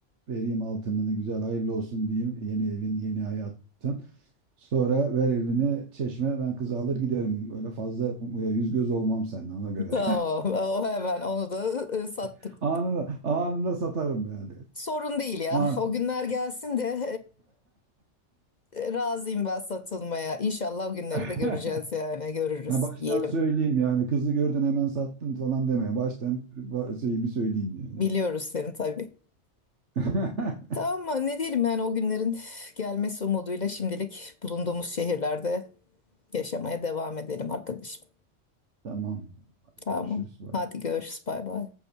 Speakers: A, on the right; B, on the left.
A: vereyim altınını. Güzel hayırlı olsun diyeyim. Yeni evin, yeni hayatın. Sonra ver elini çeşme. Ben kızı alır giderim. Öyle fazla e, yüz göz olmam seninle ona göre.
B: Tamam. O hemen onu da e, sattık.
A: <laughs> Anında, anında satarım yani.
B: Sorun değil ya.
A: Ha.
B: O günler gelsin de e, razıyım ben satılmaya. İnşallah o günleri
A: <laughs>
B: de göreceğiz yani. Görürüz
A: Ha baştan
B: diyelim.
A: söyleyeyim yani kızı gördün hemen sattın falan deme. Baştan ba- şeyimi söyleyeyim yani.
B: Biliyoruz seni tabii.
A: <laughs>
B: Tamam mı? Ne diyelim yani o günlerin gelmesi umuduyla şimdilik bulunduğumuz şehirlerde yaşamaya devam edelim arkadaşım.
A: Tamam. Hadi
B: Tamam.
A: görüşürüz. Bye.
B: Hadi görüşürüz. Bay bay.